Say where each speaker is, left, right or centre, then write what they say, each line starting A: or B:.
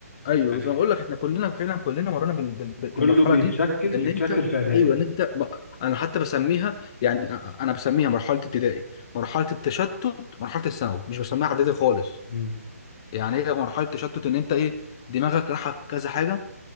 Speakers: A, on the left; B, on the left.
A: ايوه
B: يعني
A: بس انا بقول لك احنا كلنا فعلا كلنا مرينا بال- بال- بال-
B: كله
A: بالمرحله
B: بيتشكل
A: دي ان
B: بيتشكل
A: انت
B: في إعدادي
A: ايوه ان انت بقى انا حتى بسميها يعني أ- أ- انا بسميها مرحله ابتدائي مرحله التشتت مرحله الثانوي مش بسميها اعدادي خالص
B: امم
A: يعني هي مرحله تشتت ان انت ايه دماغك رايحه في كذا حاجه